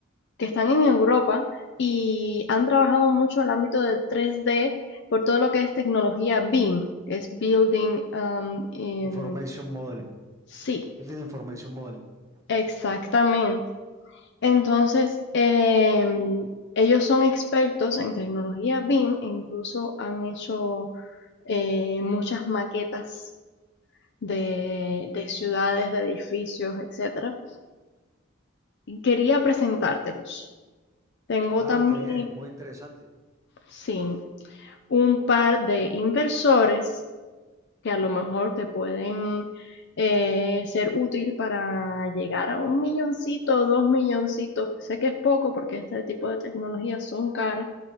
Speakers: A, on the left; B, on the right.
A: que están en Europa y han trabajado mucho el ámbito de 3D por todo lo que es tecnología BIM, que es Building, um, em,
B: Information Modeling,
A: sí,
B: Building Information Modeling. Ya.
A: exactamente. Entonces, em, ellos son expertos en tecnología BIM e incluso han hecho eh, muchas maquetas de, de ciudades, de edificios, etcétera. Y quería presentártelos. Tengo
B: Ah,
A: también,
B: qué bien, muy interesante.
A: sí, un par de inversores que a lo mejor te pueden eh, ser útil para llegar a un milloncito, dos milloncitos. Sé que es poco porque este tipo de tecnologías son caras,